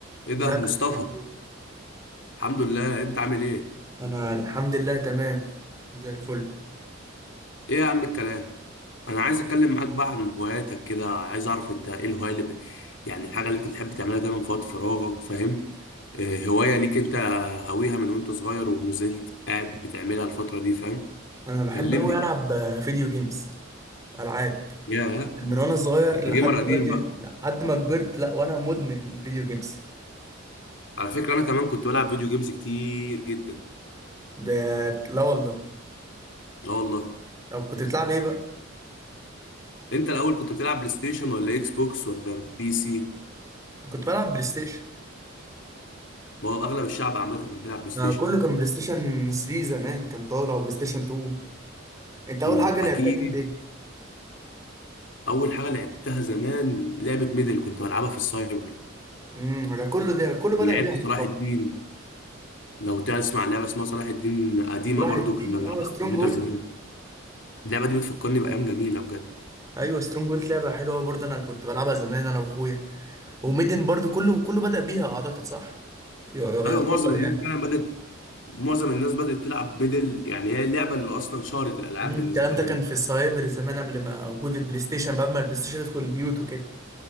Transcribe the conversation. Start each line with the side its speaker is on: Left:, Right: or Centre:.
Left: ايه
Right: ازيك
Left: ده
Right: يا
Left: مصطفى
Right: كريم، عامل ايه؟
Left: الحمد لله انت عامل ايه
Right: انا الحمد لله تمام زي الفل
Left: ايه يا عم الكلام انا عايز اتكلم معاك بقى عن هواياتك كده عايز اعرف انت ايه الهوايه اللي ب... يعني الحاجه اللي انت بتحب تعملها دايما في وقت فراغك فاهم إيه هوايه ليك انت هاويها من وانت صغير ومازلت قاعد بتعملها الفتره دي فاهم
Right: انا بحب
Left: كلمني
Right: اوي العب
Left: كده
Right: آه، فيديو جيمز العاب
Left: يا
Right: من وانا صغير
Left: انت
Right: لحد
Left: جيمر قديم
Right: دلوقتي
Left: بقى
Right: لحد ما كبرت لا وانا مدمن فيديو جيمز
Left: على فكره انا كمان كنت بلعب فيديو جيمز كتير جدا
Right: ب... لا والله
Left: لا والله
Right: طب كنت بتلعب ايه بقى
Left: انت الاول كنت بتلعب بلاي ستيشن ولا اكس بوكس ولا بي سي
Right: كنت بلعب بلاي ستيشن
Left: ما هو اغلب الشعب عامه كان بيلعب بلاي ستيشن
Right: ما كله كان بلاي ستيشن 3 زمان كان طالع وبلاي ستيشن 2 انت اول
Left: امم
Right: حاجه لعبتها
Left: اكيد
Right: كانت ايه
Left: اول حاجه لعبتها زمان لعبه ميدل كنت بلعبها في السايبر
Right: امم ده كله ده كله بدأ
Left: ولعبت
Right: بيها
Left: صلاح
Right: انت طبعا
Left: الدين لو تسمع لعبه اسمها صلاح الدين قديمه
Right: راحت
Left: برضو كنا
Right: دي
Left: بنلعبها
Right: اه
Left: على
Right: سترونج
Left: الكمبيوتر
Right: هولد
Left: زمان اللعبه دي بتفكرني بايام جميله بجد
Right: ايوه سترونج هولد لعبه حلوه برضه انا كنت بلعبها زمان انا واخويا وميدن برضو كله كله بدأ بيها اعتقد صح ي- ي-
Left: ايوه
Right: يعتبر
Left: معظم الناس
Right: يعني
Left: فعلا بدات معظم الناس بدات تلعب ميدل يعني هي اللعبه اللي اصلا شهرت الالعاب
Right: مم،
Left: بالنسبه
Right: الكلام ده
Left: لنا
Right: كان في السايبر زمان قبل ما وجود البلاي ستيشن بقى ما البلاي ستيشن يدخل البيوت وكده